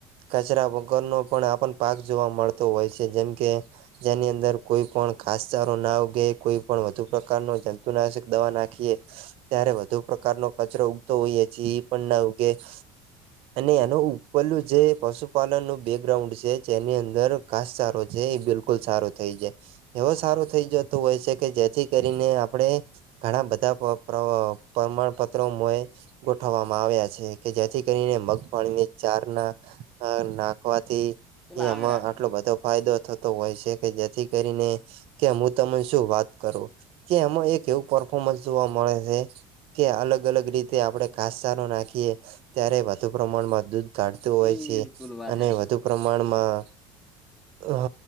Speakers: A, on the right; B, in the centre.
A: કચરા વગરનો પણ આપણ પાક જોવા મળતો હોય છે જેમ કે જેની અંદર કોઈ પણ ઘાસચારો ના ઉગે કોઈ પણ વધુ પ્રકાર નો જંતુ નાશક દવા નાખીએે ત્યારે વધુ પ્રકારનો કચરો ઉગતો હોઈએ જે એ પણ ના ઉગે
B: <unintelligible>
A: અને એનો ઉપરલું જે પશુપાલન નું બેકગ્રાઉન્ડ છે જેની અંદર ઘાસચારો છે એ બિલકુલ બીલકુલ સારું થઈ જાય એવો સારું થઈ જતું હોય છે કે જેથી કરીને આપણે ઘણા બધા પ્ર પ્ર પ્રમાણ પત્રો ગોઠવવામાં આવ્યા છે. કે જેથી કરીને મગફળીને ચાર ના નાખવાથી
B: પેલા
A: એ
B: આવેરા
A: એમાં
B: છે
A: આટલો બધો ફાયદો થતો હોય છે કે જેથી કરીને કે હું તને શું વાત કરું કે એમાં એક એવું પરફોર્મન્સ જોવા મળે છે. કે અલગ અલગ રીતે આપડણે ઘાસચારો નાખીએ ત્યારે વધુ પ્રમાણમાં દૂધ કાઢતું
B: બિલકુલ
A: હોય છે
B: વાત
A: અને
B: હાચી
A: વધુ પ્રમાણમાં હ